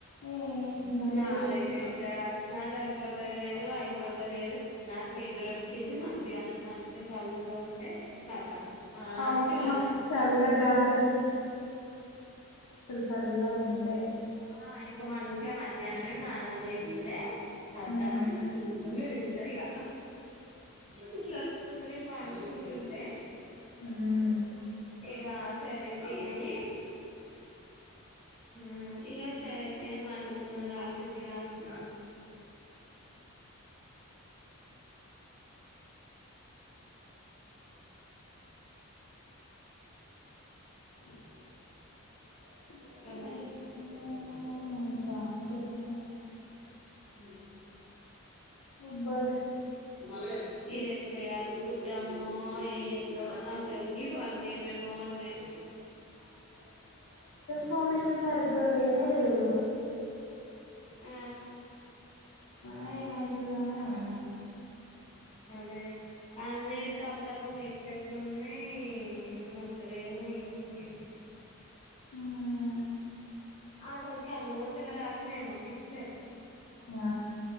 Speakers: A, on the left; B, on the left.
A: ఏం కాదు
B: నాదయితే
A: ఇప్పుడు
B: ఏంత రాష్ నా సరిపోతా లేదు అయిపో లేదు నాకు నిద్ర వచ్చింది మా ధ్యానం ప సల్ల ఉండే కతం మాంచిగా
A: అవును
B: పన్న
A: మాకు చల్ల గాలి చల్లగ ఉండే
B: ఆ ఇంక మన్ చ్చే మధ్యాహ్నమే స్నానం చేసిండే కతం
A: హ్మ్
B: ఫుల్లు ని ద్రిగ <unintelligible> పండు కుంటుంటే
A: హ్మ్ మ్మ్.
B: ఇగా సరే తీ గని ఊ ఇగ సరెతీయ్ అని పండు కున్న రాత్రికి రాస్తున్నామని
A: అ చేతున
B: ఇంకా మరి
A: ఆ చెప్పు
B: అ
A: ఉబ్బరి
B: మల్లే ఇది ఎట్ల సాదుకుంటామో కుట్టమ్ము ఏందో. అసలుకి ఇవన్నీ మేమే ఉన్నయి.
A: ఇన్ఫార్మేషన్ సరిగ్గా లేనే లేదు.
B: ఆ
A: ఆ ఏమవుతుందా ఏమో.
B: అదే అన్నీ తప్పు తప్ప మే చెట్లు ఉన్నాయి ఏం వత్తలేదు ఏం లే.
A: ఉం
B: అసలుకే అన్ని <unintelligible> వచ్చియేమో పిచ్చిలే
A: ఆ